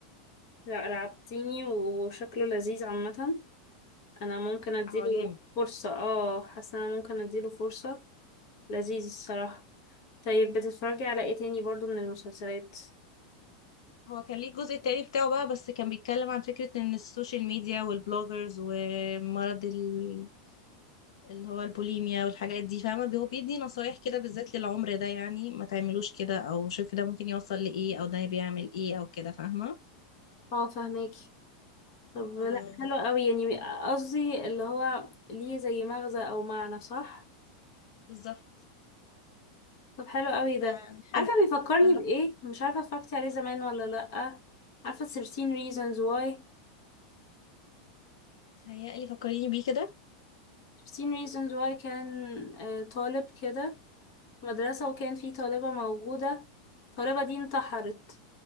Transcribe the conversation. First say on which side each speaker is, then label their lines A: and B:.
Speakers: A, on the left; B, on the left.
A: لا رعبتيني وشكله لذيذ عامة انا ممكن اديله
B: لا هو جامد
A: فرصة اه حاسة انا ممكن اديله فرصة لذيذ الصراحة طيب بتتفرجي على ايه تاني برضو من المسلسلات
B: هو كان ليه الجزء التاني بتاعه بقى بس كان بيتكلم عن فكرة ان السوشيال ميديا والبلوجرز ومرض ال... اللي هو البوليميا والحاجات دي فاهمة هو بيدي نصايح كده بالذات للعمر ده يعني ما تعملوش كده او شوف ده ممكن يوصل لإيه او ده بيعمل إيه او كده فاهمة
A: اه فهماكي طب
B: ف-
A: لا حلو قوي يعني قصدي اللي هو ليه زي مغزى او معنى صح
B: بالظبط
A: طب حلو قوي ده
B: ف-
A: عارفة
B: حلو
A: بيفكرني
B: ولا
A: بايه مش عارفة اتفرجتي عليه زمان ولا لا عارفة 13 reasons why
B: متهيألي فكريني بيه
A: 13 reasons why كان آه، طالب كده مدرسة وكان في طالبة موجودة الطالبة دي انتحرت